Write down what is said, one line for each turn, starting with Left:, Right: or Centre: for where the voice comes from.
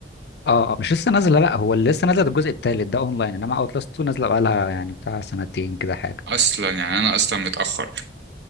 Left: اه اه مش لسه نازله لا هو اللي لسه نازله ده الجزء التالت ده اونلاين انما اوت لاست 2 نازله بقالها يعني بتاع سنتين كده حاجه
Right: اصلا يعني انا اصلا متاخر